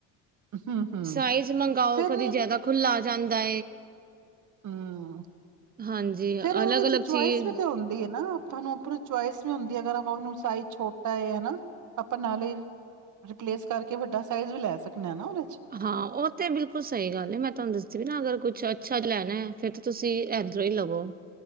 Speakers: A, on the right; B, on the right.
A: ਹਮ ਹਮ
B: ਸਾਈਜ਼ ਮੰਗਾਓ
A: ਫਿਰ
B: ਕਦੇ ਜਿਆਦਾ ਖੁਲ੍ਹਾ ਆ ਜਾਂਦਾ
A: ਹਮ
B: ਹਾਂਜੀ
A: ਫੇਰ ਉਹਦੇ
B: ਅਲੱਗ ਅਲੱਗ
A: ਚ ਚੁਇਸ
B: ਚੀਜ਼
A: ਵੀ ਤੇ ਹੁੰਂਦੀ ਹੈ ਨਾ ਆਪਾਂ ਨੂੰ ਆਪ ਚੋਇਸ ਵੀ ਹੁੰਦੀ ਹੈ ਅਗਰ ਉਹਨੂੰ ਸਾਈਜ਼ ਛੋਟਾ ਹੈਏ ਹਨਾ ਆਪਾਂ ਨਾਲ ਹੀ ਰਿਪਲੇਸ ਕਰਕੇ ਵੱਡਾ ਸਾਈਜ਼ ਵੀ ਲੈ ਸਕਦੇ ਹਾਂ ਨਾ ਉਹਦੇ ਚ
B: ਹਾਂ ਉਹ ਤੇ ਬਿਲਕੁਲ ਸਹੀ ਗੱਲ ਹੈ ਮੈਂ ਤੁਹਾਨੂੰ ਦੱਦੀ ਵੀ ਨਾ ਅਗਰ ਕੁਛ ਅੱਛਾ ਲੈਣਾ ਹੈ ਫੇਰ ਤੁਸੀਂ ਐਂਥੋਈ ਲਵੋ